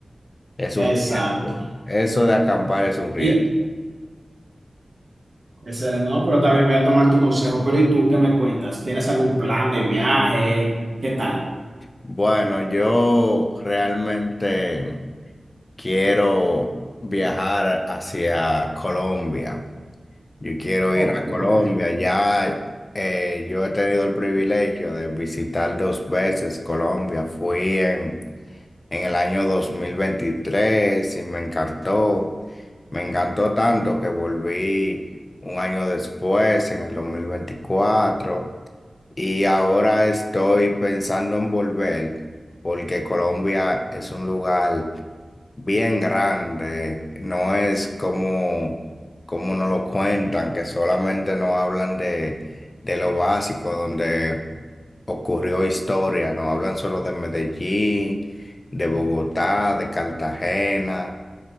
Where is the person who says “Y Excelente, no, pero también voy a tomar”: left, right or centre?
Right